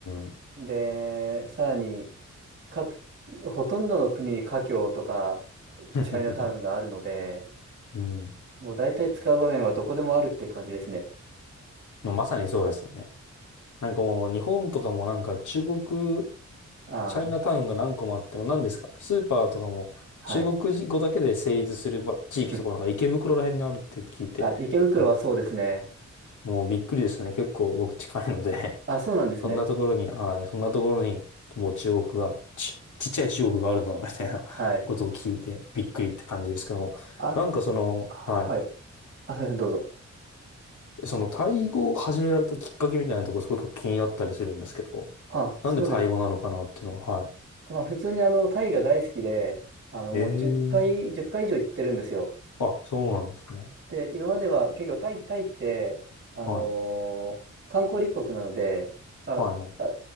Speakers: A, on the left; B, on the right.
A: ん。
B: で、さらに、各、ほとんどの国に華僑とか
A: <laughs>
B: チャイナタウンがあるので、
A: うん。
B: もう大体使う場面はどこでもあるって感じですね。
A: まあまさにそうですね。なんかもう日本とかもなんか中国、
B: ああ、
A: チャイナタウンが何個もあっても何ですかスーパーとかも中国語だけで成立するば地域とかなんか池袋ら辺にあるって聞いて、
B: はい。<laughs> うんあ、池袋はそうですね。
A: なもうびっくりですね。結構僕近いので <laughs>
B: あ、そうなんですね。
A: そんなところに、はい、そんなところにもう中国が、ち、ちっちゃい中国があるんだな、みたいなことを聞いてびっくりって感じですけども、
B: はい。あ、
A: なんかその、
B: はい。
A: はい。
B: あ、すいません、どうぞ。
A: そのタイ語を始められたきっかけみたいなところすごく気になったりするんですけど、
B: あ、そうです。
A: なんでタイ語なのかなっていうのは、はい。
B: まあ、普通にあの、タイが大好きで、あの、
A: ええ
B: もう1回、10回以上行ってるんですよ。
A: あ、そうなんですね。
B: で、今までは結構タイ、タイって、あのー観光立国なので、
A: はい。
B: まあ、
A: はい、はい。
B: あ、